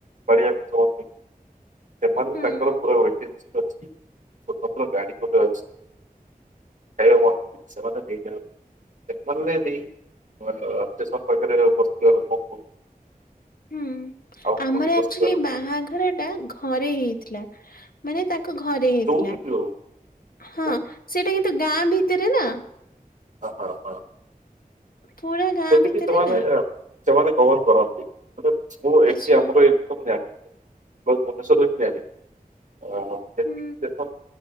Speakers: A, on the right (about 55°); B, on the left (about 70°).
A: ପରିବାର ଚଳୁ <unintelligible> ସେମାନେ
B: ହୁଁ
A: ତାଙ୍କର ପୁରା <unintelligible> ଅଛି ସ୍ୱତନ୍ତ୍ର ଗାଡି ଗୋଟେ ଅଛି। ଆରେ ହଁ ସେମାନେ ବିନା ସେମାନେ ବି <unintelligible> ଅବଜେକ୍ସନ କରିପାରିବେ <unintelligible> ବସଥିବା ଲୋକଙ୍କୁ।
B: ହୁଁ
A: ଆଉ
B: ଆମର
A: କୋଉଠି ବସିଥିବା
B: ଆକଚୋଲି
A: ଲୋକଙ୍କୁ
B: ବାହାଘରଟା ଘରେ ହେଇଥିଲା। ମାନେ ତାଙ୍କ ଘରେ ହେଇଥିଲା
A: ଯୋଉଠି ବି ହଉ
B: ହଁ
A: କୋଉଠି
B: ସେଇଟା କିନ୍ତୁ ଗାଁ ଭିତରେ ନା।
A: ଓହୋ ହୋ।
B: ପୁରା ଗାଁ
A: ସେତିକି
B: ଭିତରେ
A: ସେମାନେ
B: ନା
A: ସେମାନେ କଭର କରନ୍ତି କିନ୍ତୁ ମୁଁ ଏଇଠି
B: ଆଚ୍ଛା
A: ଆମର ଏଇ ସବୁ ଜାଣି ମୁଁ ଭୁବନେଶ୍ଵରରୁ ବାକି ଜାଣେ ଅଁ ସେଠି
B: ହୁଁ
A: ଷ୍ଟେସନ୍